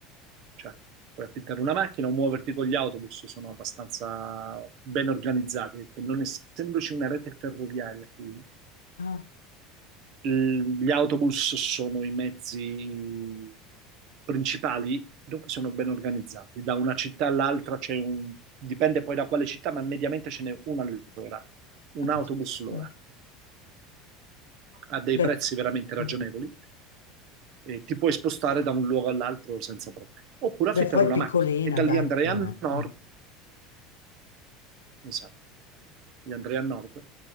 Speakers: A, on the right (about 55°); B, on the left (about 85°).
A: certo. Puoi affittare una macchina o muoverti con gli autobus, sono abbastanza ben organizzati, perché non essendoci una rete ferroviaria qui,
B: Ah,
A: l- gli autobus sono i mezzi principali, dopo sono ben organizzati. Da una città all'altra c'è un... dipende poi da quale città, ma mediamente ce n'è una all'ora, un
B: ah, caspita.
A: autobus all'ora.
B: Bello.
A: A dei
B: Beh,
A: prezzi veramente ragionevoli
B: mm.
A: e ti puoi spostare da un luogo all'altro senza problemi. Oppure affittare
B: Beh, poi
A: una
B: è piccolina,
A: macchina e da
B: dai,
A: lì andare
B: non
A: a
B: è.
A: nord
B: ah.
A: Esatto. Io andrei a nord,